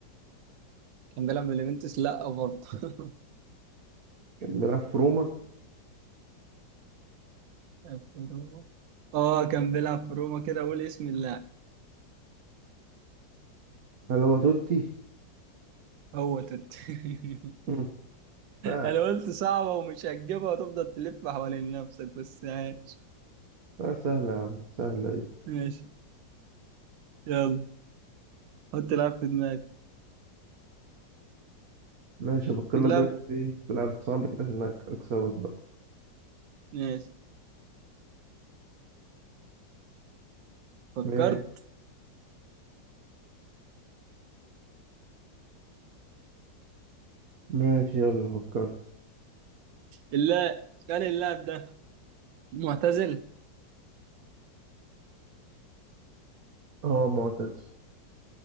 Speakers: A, on the right; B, on the right.
A: كان بيلعب في اليوفنتوس لا برضه <laughs>
B: كان بيلعب في روما
A: في روما. اه كان بيلعب في روما كده قول اسم اللاعب
B: هل هو توتي
A: هو توت <laughs>
B: مم. سهلة
A: انا قلت صعبة ومش هتجيبها وتفضل تلف حوالين نفسك بس عايش
B: لا سهلة يا عم سهلة إيه
A: ماشي يلا حط لاعب في دماغك
B: ماشي أفكر
A: لا
B: لك بقى في إيه بلعب صعب كده عشان أك- أكسبك بقى
A: ماشي فكرت
B: ماشي ماشي يلا فكرت
A: اللاعب كان اللاعب ده معتزل
B: هو معتز